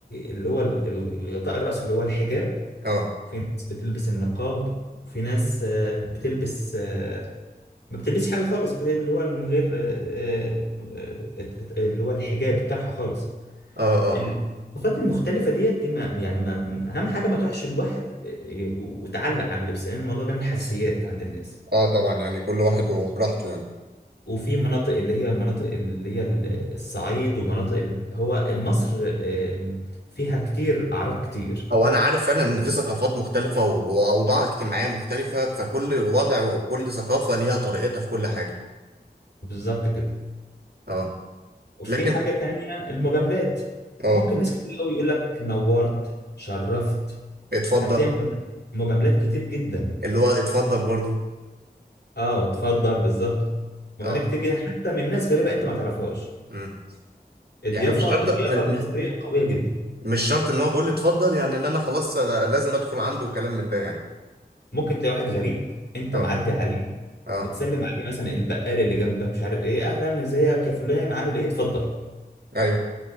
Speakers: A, on the left (about 85°); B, on the right (about 70°).
A: اللي هو ال- ال- الغطاء الرأس اللي هو الحجاب
B: اه
A: في ناس بتلبس النقاب وفي ناس آه، بتلبس آه، ما بتلبسش حاجة خالص بت- اللي هو من غير آه، آه، آه، اللي هو الحجاب الطرحة خالص
B: اه اه
A: الثقافات المختلفة ديت دي ما يعني ما أهم حاجة ما تروحش الواحد وتعلق على اللبس لأن الموضوع بيعمل حساسيات عند الناس
B: اه طبعا يعني كل واحد وبراحته يعني
A: وفي مناطق اللي هي المناطق اللي هي الصعيد ومناطق ال- هو مصر آه، فيها كتير أعراق كتير
B: هو انا عارف فعلا ان في ثقافات مختلفة و- واوضاع اجتماعية مختلفة فكل وضع وكل ثقافة ليها طريقتها في كل حاجة
A: بالظبط كده
B: اه
A: وفي
B: لكن
A: حاجة تانية المجاملات
B: اه
A: ممكن ناس كتير قوي يقول لك نورت شرفت
B: اتفضل
A: هتلاقي مجاملات مجاملات كتير جدا
B: اللي هو اتفضل برضو
A: اه وتفضل بالظبط مجاملات
B: اه
A: كتير جدا حتى من ناس غريبة انت ما تعرفهاش
B: امم
A: الضيافة
B: يعني مش شرط
A: الضيافة
B: مش
A: المصرية قوية جدا
B: مش شرط ان هو بيقول لي اتفضل يعني ان انا خلاص لازم ادخل عنده وكلام من ده يعني
A: ممكن تلاقي واحد غريب انت
B: اه
A: معدي عليه
B: اه
A: بتسلم عليه مثلا البقال اللي جنبك مش عارف ايه اهلا ازيك يا فلان عامل ايه اتفضل
B: ايوه